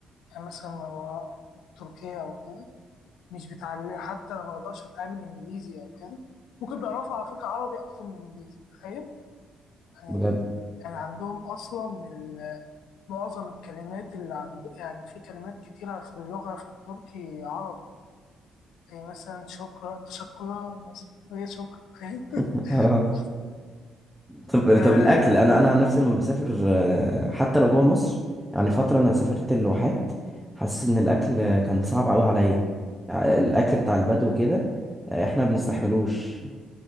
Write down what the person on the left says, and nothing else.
يعني مثلا ما بروح تركيا أو كده مش بتعلم حتى أنا ما أقدرش أتعامل إنجليزي أو كده ممكن بيعرفوا على فكرة عربي أكتر من إنجليزي تخيل يعني
يعني عندهم أصلا ال- معظم الكلمات اللي عند يعني في كلمات كتيرة في اللغة في التركي عربي زي مثلا شكرا تشكرا مثلا وهي شكرا فاهم <laughs>
آه